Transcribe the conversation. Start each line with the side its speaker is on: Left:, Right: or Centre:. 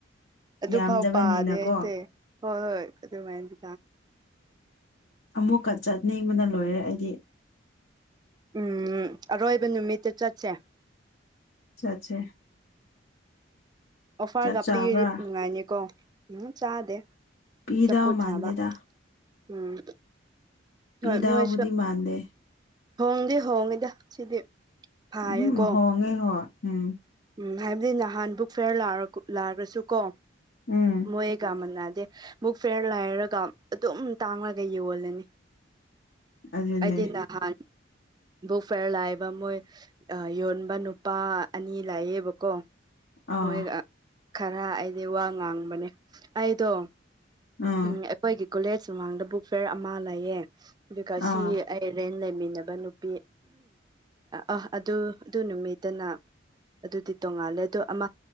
Right: ꯑꯗꯨꯐꯥꯎ
Left: ꯌꯥꯝꯗꯕꯅꯤꯅꯀꯣ
Right: ꯄꯥꯗꯦ ꯑꯩꯁꯦ ꯍꯣꯏ ꯍꯣꯏ ꯑꯗꯨꯃꯥꯏꯅꯗꯤ
Left: ꯑꯃꯨꯛꯀ ꯆꯠꯅꯤꯡꯕꯅ ꯂꯣꯏꯔꯦ ꯑꯩꯗꯤ
Right: ꯎꯝ ꯑꯔꯣꯏꯕ ꯅꯨꯃꯤꯠꯇ ꯆꯠꯁꯦ
Left: ꯆꯠꯁꯦ
Right: ꯑꯣꯐꯥꯔꯒ
Left: ꯆꯥꯛ ꯆꯥꯕ꯭ꯔꯥ
Right: ꯄꯤꯔꯗꯤ ꯅꯨꯡꯉꯥꯏꯅꯤꯀꯣ ꯎꯝ ꯆꯥꯗꯦ
Left: ꯄꯤꯗꯥꯎ
Right: ꯆꯥꯝꯐꯨꯠ
Left: ꯃꯥꯟꯗꯦꯗ
Right: ꯆꯥꯕ ꯎꯝ
Left: ꯄꯤꯗꯧꯕꯨꯗꯤ
Right: ꯍꯣꯏ ꯃꯣꯏꯁꯨ
Left: ꯃꯥꯥꯟꯗꯦ
Right: ꯍꯣꯡꯗꯤ ꯍꯣꯡꯉꯤꯗ ꯁꯤꯗꯤ ꯐꯥꯌꯦꯀꯣ
Left: ꯑꯗꯨꯝ ꯍꯣꯡꯉꯦ ꯍꯣꯏ ꯎꯝ
Right: ꯎꯝ ꯍꯥꯏꯕꯗꯤ ꯅꯍꯥꯟ ꯕꯨꯛ ꯐꯤꯌꯥꯔ ꯂꯥꯛꯑꯁꯨ ꯀꯣ
Left: ꯎꯝ
Right: ꯃꯣꯏꯒ ꯃꯅꯥꯗꯦ ꯃꯕꯨꯛ ꯐꯤꯌꯥꯔ ꯂꯥꯏꯔꯒ ꯑꯗꯨꯝ ꯇꯥꯡꯂꯒ ꯌꯣꯜꯂꯅꯤ
Left: ꯑꯗꯨꯅꯦ
Right: ꯑꯩꯗꯤ ꯅꯍꯥꯟ ꯕꯨꯛ ꯐꯤꯌꯥꯔ ꯂꯩꯕ ꯃꯣꯏ ꯌꯣꯟꯕ ꯅꯨꯄꯥ ꯑꯅꯤ ꯂꯥꯛꯌꯦꯕꯀꯣ
Left: ꯑꯥ
Right: ꯃꯣꯏꯒ ꯈꯔ ꯑꯩꯗꯤ ꯋꯥ ꯉꯥꯡꯕꯅꯦ ꯑꯩꯗꯣ
Left: ꯑꯥ
Right: ꯎꯝ ꯑꯩꯈꯣꯏꯒꯤ ꯀꯣꯂꯦꯖ ꯃꯨꯃꯥꯡꯗ ꯕꯨꯛ ꯐꯤꯌꯥꯔ ꯑꯃ ꯂꯩꯌꯦ ꯑꯗꯨꯒ ꯁꯤ
Left: ꯑꯥ
Right: ꯔꯦꯟ ꯂꯩꯃꯤꯟꯅꯕ ꯅꯨꯄꯤ ꯑ ꯑꯗꯨ ꯑꯗꯨ ꯅꯨꯃꯤꯠꯇꯅ ꯑꯗꯨꯗꯤ ꯇꯣꯡꯉꯥꯜꯂꯦ ꯑꯗꯣ ꯑꯃ